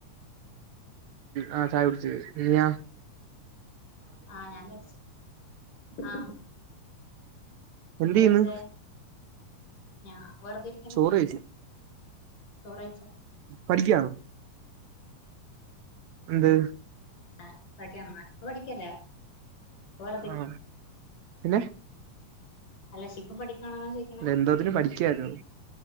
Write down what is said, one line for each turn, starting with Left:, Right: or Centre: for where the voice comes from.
Right: ആഹ് ചായ കുടിച്ച് നിയാ
Left: ആഹ ഞാൻ ചായുടിച്ച് ആഹ ന്താ
Right: എന്ത് ചെയ്യുന്നു
Left: കഴിച്ചേ ഞാന് വെറുതെ ഇരി
Right: ചോറ് കഴിച്ച്
Left: കഴിച്ചോ
Right: പഠിക്കാണോ എന്ത്
Left: ആഹ <unintelligible> ഇപ്പൊ പഠിക്കല്ല വെറുതെരിക്ക
Right: ആഹ പിന്നെ
Left: അല്ല പഷെ ഇപ്പൊ പഠിക്കണോന്നാ ചോദിക്കണേ
Right: എന്തോത്തിന് പഠിക്കായിരുന്നു